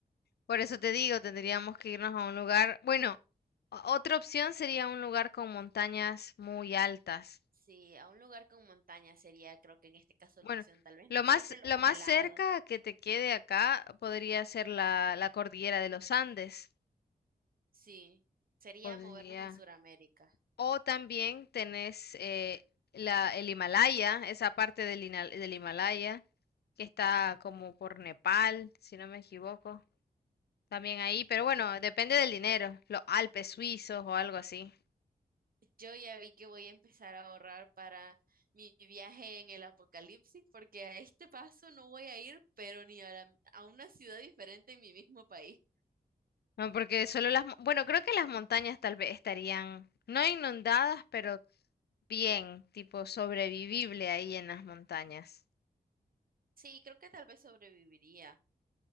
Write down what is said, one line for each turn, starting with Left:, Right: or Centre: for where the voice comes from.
Left: Por eso te digo, tendríamos que irnos a un lugar, bueno, o- otra opción sería un lugar con montañas muy altas
Right: Sí, a un lugar con montaña sería, creo que en este caso
Left: Bueno,
Right: la opción, tal vez
Left: lo
Right: no
Left: más,
Right: siempre lo
Left: lo
Right: más
Left: más
Right: helado.
Left: cerca que te quede acá podría ser la, la cordillera de los Andes.
Right: Sí, sería
Left: Podría.
Right: movernos a Sudamérica.
Left: O también tenés eh, la, el Himalaya, esa parte del, Hina- del Himalaya, que está como por Nepal, si no me equivoco. También ahí, pero bueno,
Right: Bueno,
Left: depende del dinero. Los Alpes suizos o algo así.
Right: Yo ya vi que voy a empezar a ahorrar para mi viaje en el apocalipsis, porque a este paso no voy a ir, pero ni a, la- a una ciudad diferente en mi mismo país.
Left: No, porque solo las... mo- Bueno, creo que las montañas tal vez estarían, no inundadas, pero bien, tipo sobrevivible ahí en las montañas.
Right: Sí, creo que tal vez sobreviviría